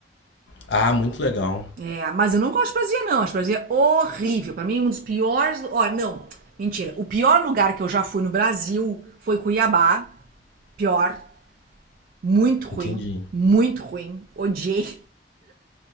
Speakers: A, on the left; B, on the right.
A: Ah, muito legal.
B: É, mas eu não gosto de Brasília, não. Acho Brasília horrível. Pra mim, um dos piores. lu- Ó, não, mentira. O pior lugar que eu já fui no Brasil foi Cuiabá. Pior, muito ruim,
A: Entendi.
B: muito ruim. Odiei.